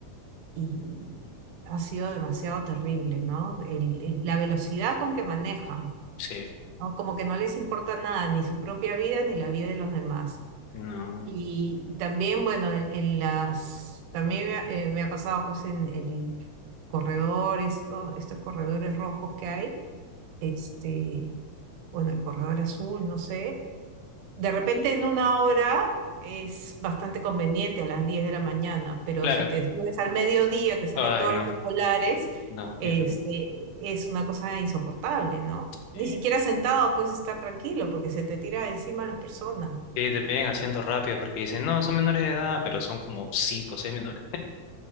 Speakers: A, on the right (about 80°); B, on the left (about 80°).
A: y ha sido demasiado terrible, ¿no? El- el- la velocidad con que manejan,
B: sí,
A: ¿no? Como que no les importa nada, ni su propia vida, ni la vida de los demás.
B: no.
A: Y, y también, bueno, en, en las, también me ha, eh, me ha pasado pues en el corredor, estos, estos corredores rojos que hay, este, bueno, el corredor azul, no sé, de repente en una hora es bastante conveniente a las 10 de la mañana, pero
B: Claro.
A: si te subes al mediodía que salen
B: Ay,
A: todos
B: no,
A: los escolares,
B: no,
A: este,
B: Dios mío.
A: es una cosa insoportable, ¿no?
B: Eh,
A: Ni siquiera sentado puedes estar tranquilo porque se te tira encima las personas.
B: que te piden asiento rápido porque dicen, no, son menores de edad, pero son como cinco o seis menores.